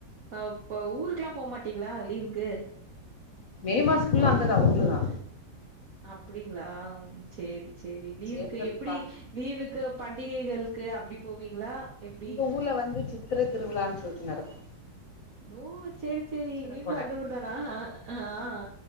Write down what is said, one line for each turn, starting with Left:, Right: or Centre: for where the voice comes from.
Right: அப்ப ஊருக்லாம் போமாட் த்திங்ளா லீவுக்கு
Left: மே மாஸ் ஃபுல்லா அங்கதா ஊர்லதா
Right: அப்டிங்ளாம் ச்சேரி ச்சேரி லீவ்க்கு
Left: ஏப்ரல்
Right: எப்டி
Left: பா
Right: லீவுக்கு பண்டிகைகள்க்கு அப்டி போவீங்களா எப்டி
Left: எங்க ஊர்ல வந்து சித்திர திருவிழா சொல்ட்டு நடத்
Right: நூ ச்சரி ச்சரி
Left: சித்திரக்கொட
Right: நீங்ளு அந்த ஊர் தானா ஹ அஆ அ